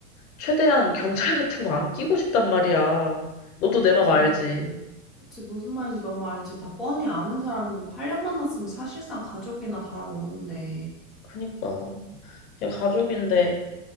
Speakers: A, on the left; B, in the centre.
A: 최대한 경찰 같은 거 안 끼고 싶단 말이야. 너도 내
B: 그치.
A: 맘 알지.
B: 그치, 무슨 말인지 너무 알지. 다 뻔히 아는 사람이고, 8년 만났으면 사실상 가족이나 다름없는데.
A: 그니까. 제 가족인데,